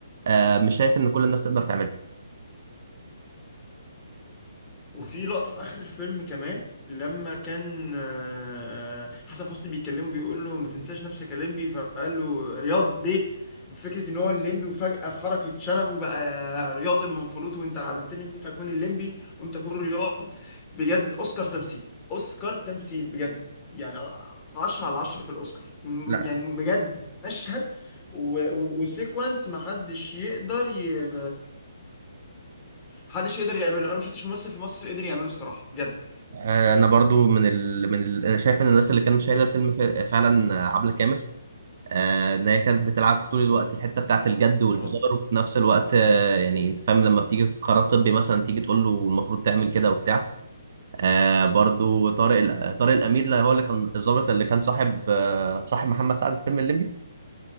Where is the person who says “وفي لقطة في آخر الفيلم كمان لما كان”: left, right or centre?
Left